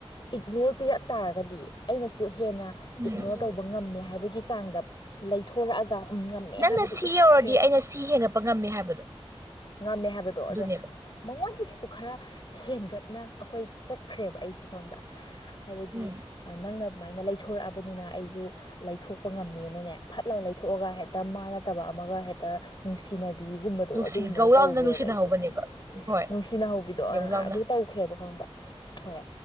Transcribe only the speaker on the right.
ꯎꯝ
ꯅꯪꯅ
ꯁꯤ
ꯌꯧꯔꯗꯤ ꯑꯩꯅ ꯁꯤ ꯍꯦꯟꯒꯠꯄ ꯉꯝꯃꯦ ꯍꯥꯏꯕꯗꯣ
ꯑꯗꯨꯅꯦꯕ
ꯎꯝ
ꯅꯨꯡꯁꯤꯒꯧ
ꯂꯥꯎꯅ
ꯅꯨꯡꯁꯤꯅꯍꯧꯕꯅꯦꯕ
ꯍꯣꯏ
ꯌꯧ ꯂꯥꯎꯅ